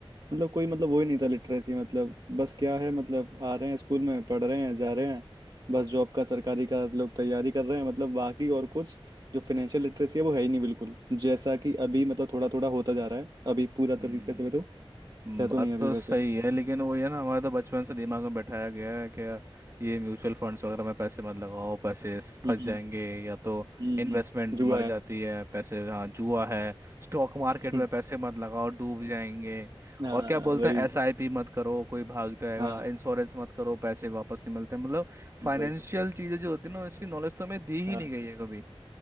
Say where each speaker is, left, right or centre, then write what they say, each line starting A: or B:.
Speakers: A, on the right (about 45°); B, on the right (about 30°).
A: मतलब कोई मतलब वो ही नहीं था लिटरेसी मतलब बस क्या है मतलब आ रहे हैं स्कूल में पढ़ रहे हैं जा रहे हैं बस जॉब का सरकारी का लोग तैयारी कर रहे हैं मतलब बाकी और कुछ जो फाइनेंशियल लिटरेसी है वो है ही नहीं बिल्कुल जैसा कि अभी मतलब थोड़ा थोड़ा होता जा रहा है अभी पूरा
B: हम्म
A: तरीके से तो
B: हम्म,
A: है तो
B: बात
A: नहीं अभी
B: तो
A: वैसे
B: सही है लेकिन वो है ना हमारे तो बचपन से दिमाग में बैठाया गया है कि ये म्यूचुअल फंड्स वगैरह में पैसे मत लगाओ पैसे इस- फंस
A: हम्म
B: जाएंगे या तो
A: हम्म
B: इन्वेस्टमेंट
A: हम्म जुआ
B: मर
A: है
B: जाती है पैसे हाँ जुआ है स्टॉक मार्केट
A: हम्म,
B: में पैसे मत लगाओ डूब जाएंगे
A: हाँ
B: और क्या बोलते
A: वही
B: हैं एसआईपी मत करो कोई भाग जाएगा
A: हाँ
B: इंश्योरेंस मत करो पैसे वापस नहीं मिलते मतलब फाइनेंशियल
A: वही
B: चीज़ें जो होती है ना उसकी नॉलेज तो हमें दी
A: हाँ
B: ही नहीं गई है कभी